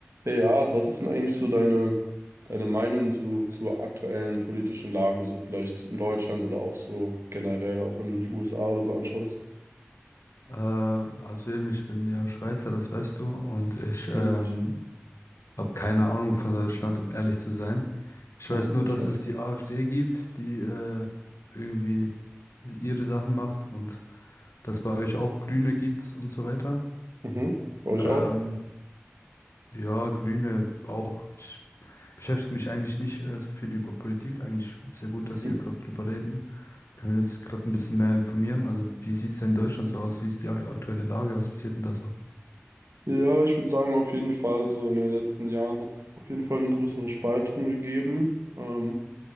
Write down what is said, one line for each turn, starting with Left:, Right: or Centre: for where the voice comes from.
Right: Ja, was ist denn eigentlich so deine, deine Meinung so, zur aktuellen politischen Lage, so vielleicht in Deutschland oder auch so generell, auch wenn du die USA oder so anschaust?
Left: Äh, also eben, ich bin ja Schweizer, das weißt du, und ich
Right: Stimmt.
Left: ähm, habe keine Ahnung von Deutschland, um ehrlich zu sein. Ich weiß
Right: Aha,
Left: nur, dass
Right: krass.
Left: es die AfD gibt, die äh, irgendwie ihre Sachen macht und dass bei euch auch Grüne gibt und so weiter.
Right: Mhm. Bei euch
Left: Ähm,
Right: auch?
Left: ja, Grüne auch. Ich beschäftige mich eigentlich nicht äh, so viel über Politik. Eigentlich sehr gut, dass
Right: Mhm.
Left: wir gerade drüber reden. Können wir uns gerade ein bisschen mehr informieren? Also, wie sieht es denn in Deutschland so aus? Wie ist die aktuelle Lage? Was passiert denn da so?
Right: Ja, ich würde sagen, auf jeden Fall, so in den letzten Jahren hat es auf jeden Fall eine größere Spaltung gegeben. Ähm,